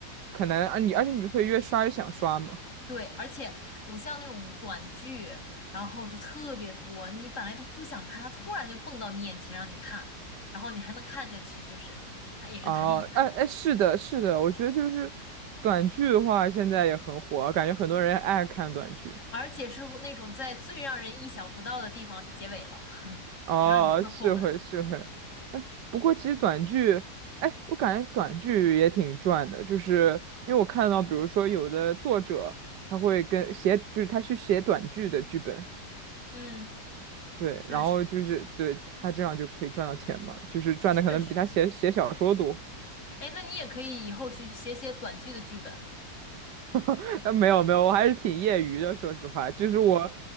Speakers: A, on the right; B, on the left.
A: 可能啊你而且你会越刷越想刷嘛。
B: 对，而且我像那种短剧，然后就特别多，你本来都不想看，它突然就蹦到你眼前让你看，然后你还能看下去，就是它也是它厉害，
A: 哦，哎哎，是的，是的，我觉得就是短剧的话，现在也很火，感觉很多人爱看短剧。
B: 而且是那种在最让人意想不到的地方就结尾了，
A: 哦，
B: <laughs> 那后文，
A: 是会是会，不过其实短剧，哎，我感觉短剧也挺赚的，就是因为我看到，比如说有的作者他会跟写，就是他去写短剧的剧本，
B: 嗯，
A: 对，
B: 确实
A: 然后就是对他这样就可以赚到钱嘛，就是赚的可能比他写写小说多。
B: 确实。哎，那你也可以以后写写写短剧的剧本
A: <laughs> 呃，没有没有，我还是挺业余的，说实话，就是我，